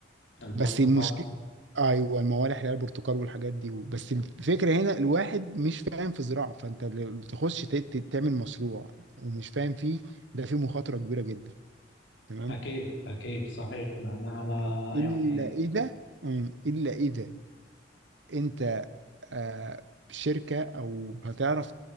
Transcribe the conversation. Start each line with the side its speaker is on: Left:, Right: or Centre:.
Left: البرتقال
Right: بس المشكلة أيوه الموالح اللي هي البرتقال والحاجات دي بس الفكرة هنا الواحد مش فاهم في زراعة فأنت لو تخش ت- ت- تعمل مشروع ومش فاهم فيه ده فيه مخاطرة كبيرة جدا تمام
Left: أكيد أكيد صحيح لأن أنا
Right: آه. إلا
Left: يعني
Right: إذا مم. إلا إذا أنت آه شركة أو هتعرف